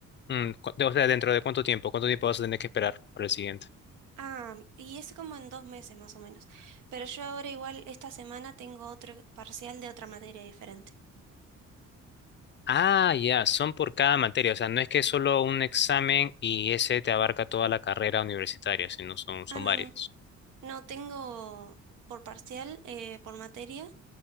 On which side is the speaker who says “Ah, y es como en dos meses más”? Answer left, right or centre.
Right